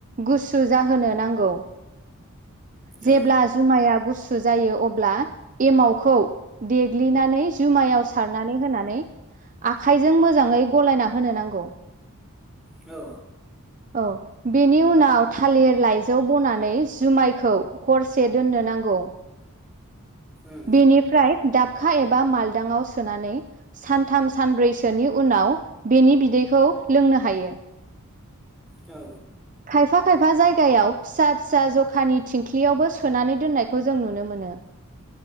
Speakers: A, on the right; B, in the centre.
A: गुसु जाहोनो नांगौ जेबब्ला
B: औ
A: जुमाइ या गुसु जायो अब्ला एमावखौ देग्लिनानै जुमायाव सारनानै होनानै आखाइजों मोजाङै गलायना होनो नांगौ
B: औ
A: औ बेनि उनाव थालिर लाइजौ बनानै जुमाय खौ हरसे दोननो नांगौ
B: उम
A: बेनिफ्राय दाबखा एबा मालदाङाव सोनानै सानथाम सानब्रैसोनि उनाव बेनि बिदै बेखौ लोंनो हायो
B: औ
A: खायफा खायफा जायगायाव फिसा फिसा जखानि थिंख्लियावबो सोनानै दोननायखौ जों नुनो मोनो